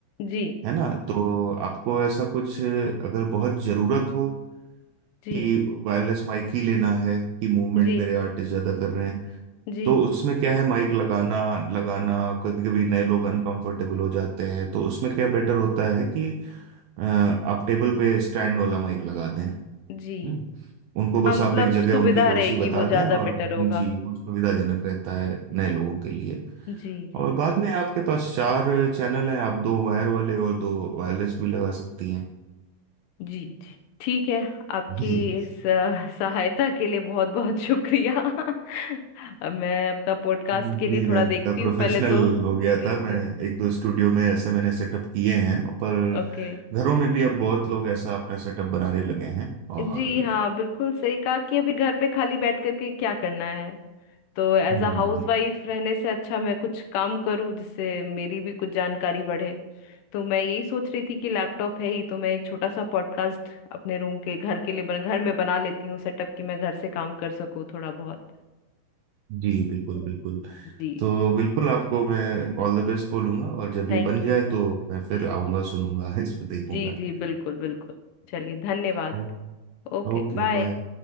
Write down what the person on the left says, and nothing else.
जी
जी
जी
जी
जी
हाँ मतलब
सुविधा
रहेगी
वो
ज्यादा
बेटर होगा
जी
जी
जी जी ठीक है आपकी
इस अ, सहायता के लिए बहुत बहुत शुक्रिया <laughs> अब मैं अपना पॉडकास्ट
के लिए थोड़ा
देखती
हूँ पहले तो
जी
जी
ओके
जी हाँ बिल्कुल सही कहा कि अभी घर पे खाली बैठ करके क्या करना है तो एज
अ हाउस वाइफ रहने से अच्छा मैं कुछ काम करूँ जिससे मेरी भी कुछ जानकारी बढ़े तो मैं यही सोच रही थी कि लैपटॉप है ही तो मैं एक छोटा सा पॉडकास्ट अपने रूम के घर के लिए बन, घर में बना लेती हूँ सेटअप कि मैं घर से काम कर सकूँ थोड़ा बहुत
तो
जी
थैंक
यू
जी
जी जी बिल्कुल बिल्कुल चलिए धन्यवाद
Okay
bye